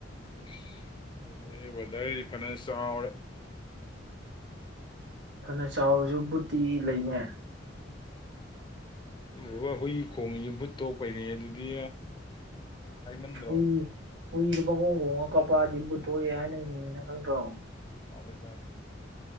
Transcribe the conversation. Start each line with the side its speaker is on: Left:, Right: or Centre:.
Left: <unintelligible> ꯕꯔꯗꯔ ꯐꯅꯥ ꯆꯥꯎꯔꯦ꯫ <inaudible>
Right: ꯐꯅ ꯆꯥꯎꯔꯁꯨ ꯕꯨꯠꯇꯤ ꯂꯩꯅꯦ꯫
Left: ꯑꯗꯨꯒ ꯍꯨꯏ ꯈꯣꯡꯉꯤꯁꯤꯦ ꯕꯨꯠ ꯊꯣꯛꯄꯩꯅꯦ ꯑꯗꯨꯗꯤ ꯍꯥꯏꯃꯟꯗ꯭ꯔꯣ
Right: <inaudible> ꯍꯨꯏꯗꯣ ꯄꯈꯣꯡ ꯈꯣꯡꯉ ꯀꯞꯄꯛꯑꯥꯗꯤ ꯕꯨꯠꯊꯣꯛꯑꯦ ꯍꯥꯏꯅꯩꯅꯤꯅ ꯅꯪ ꯈꯪꯗꯔꯣ꯫
Left: ꯃꯥꯅꯦ ꯃꯥꯅꯦ꯫